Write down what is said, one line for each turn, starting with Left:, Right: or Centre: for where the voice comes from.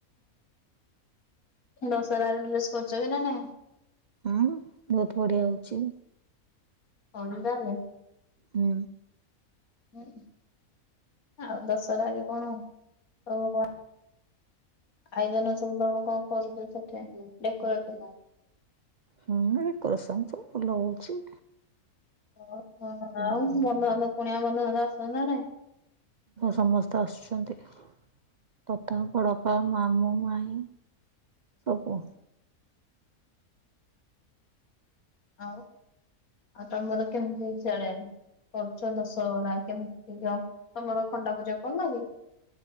Left: ଦଶହର ସ୍ କରଛ ବି ନା ନାଇଁ।
Right: ହଁ ବହୁତ ବଢିଆ ହଉଛି।
Left: ହଉନ ଜଲେ।
Right: ହ।
Left: ହୁଁ ଆଉ ଦଶରାରେରେ କଣ ଆଉ ଆଇଜନ ସବୁଣ କଣ କରୁଛ ସେଥିଡ
Right: ହଁ କରସଙ୍ଗ ସବୁ ଲଉଛି।
Left: ଓ ଆଉ ବନ୍ଧୁନ୍ଧ କୁଣିଆ ବନ୍ଧୁନ୍ଧ ଆସୁଛନ୍ତି ନା ନାଇଁ।
Right: ସମସ୍ତେ ଆସୁଛନ୍ତି। ତତ ବଡ଼ପା ମାମୁଁ ମାଇ ସବୁ
Left: ଆଉ ଆଉ ତମରକତି ସେଆଡ କରୁଛ ଦଶହରା କେମିତି ତମର ଖଣ୍ଡା ପୂଜା କରନ କି